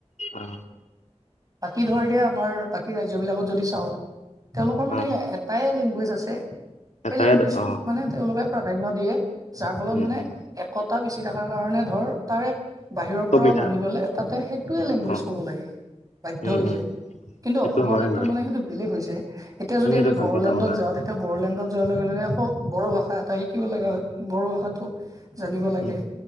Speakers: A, on the left (about 85°); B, on the right (about 30°).
A: অ।
B: বাকী ধৰ দিয়া আমাৰ বাকী ৰাজ্যবিলাকত যদি চাওঁ। তেওঁলোকৰ মানে
A: অ
B: এটাই লেংগুৱেজ আছে, সেই
A: এটাই
B: লেংগুৱেজটোক
A: অ
B: মানে তেওঁলোকে প্ৰাধান্য দিয়ে। যাৰ ফলত
A: উম
B: মানে
A: উম
B: একতা বেছি থকাৰ কাৰণে ধৰ তাৰে বাহিৰৰ
A: সুবিধা
B: পৰাও মানুহ গ'লে তাতে সেইটোৱে লেংগুৱেজ
A: অ
B: ক'ব লাগে। বাধ্য
A: উম
B: হৈ
A: উম
B: যায়। কিন্তু
A: সেইটো
B: অসমৰ
A: হয়
B: ক্ষেত্ৰত
A: বাৰু
B: মানে সেইটো বেলেগ হৈ যায়। এতিয়া
A: তুমি
B: যদি
A: এইটো
B: আমি
A: ভাল
B: বড়োলেণ্ডত
A: কথা ক'লা
B: যাওঁ তেতিয়া বড়োলেণ্ড যোৱাৰ লগে লগে আকৌ বড় ভাষা এটা শিকিব লগা হয়। বড়ো ভাষাটো জানিব লাগে।
A: উম